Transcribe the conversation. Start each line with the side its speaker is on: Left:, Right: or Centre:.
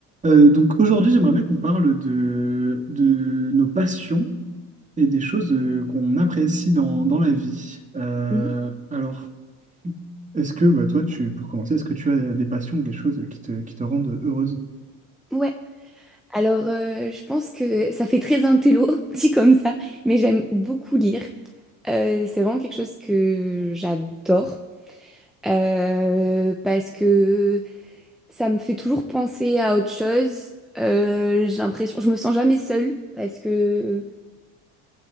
Right: Euh, donc aujourd'hui, j'aimerais bien qu'on parle de, de nos passions et des choses euh, qu'on apprécie dans, dans la vie. Euh,
Centre: Mhm.
Right: alors, est-ce que bah, toi, tu, pour commencer, est-ce que tu as des passions ou des choses qui te, qui te rendent heureuse?
Centre: Ouais, alors euh, je pense que ça fait très intello, <laughs> dit comme ça, mais j'aime beaucoup lire. Euh, c'est vraiment quelque chose que j'adore euh, parce que ça me fait toujours penser à autre chose. Euh, j'ai l'impression, je me sens jamais seule parce que